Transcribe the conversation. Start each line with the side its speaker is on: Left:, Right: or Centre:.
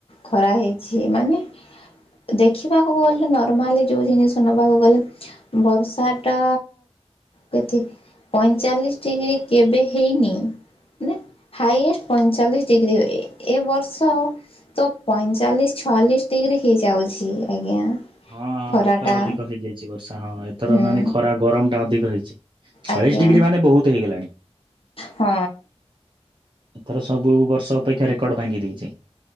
Left: ଖରା ହେଇଛି
Right: ହଁ
Left: ମାନେ ଦେଖିବାକୁ ଗଲେ ନର୍ମାଲି ଯଉ ଜିନିଷ ନବାକୁ ଗଲେ ବର୍ଷାଟା କେତେ ପଇଁଚାଳିଶି ଡିଗ୍ରୀ କେବେ ହେଇନି ମାନେ ହାଇଏଷ୍ଟ ପଇଁଚାଳିଶି ଡିଗ୍ରୀ ଏ ଏ ବର୍ଷ ତ ପଇଁଚାଳିଶ୍ ଛୟାଲିଶି ଡିଗ୍ରୀ ହେଇଯାଉଛି ଆଜ୍ଞା।
Right: ହଁ ହଁ
Left: ଖରାଟା
Right: ଏଥର ଅଧିକ ହେଇଯାଇଛି ବର୍ଷା ହଁ ଏଥର
Left: ହୁଁ
Right: ମାନେ ଖରା ଗରମ ଟା ଅଧିକ ହେଇଛି। ଛୟାଳିଶ
Left: ଆଜ୍ଞା
Right: ଡିଗ୍ରୀ ମାନେ ବହୁତ୍ ହେଇଗଲାଣି।
Left: ହଁ।
Right: ଏଥର ସବୁ ବର୍ଷ ଅପେକ୍ଷା ରେକର୍ଡ ଭାଙ୍ଗି ଦେଇଛି।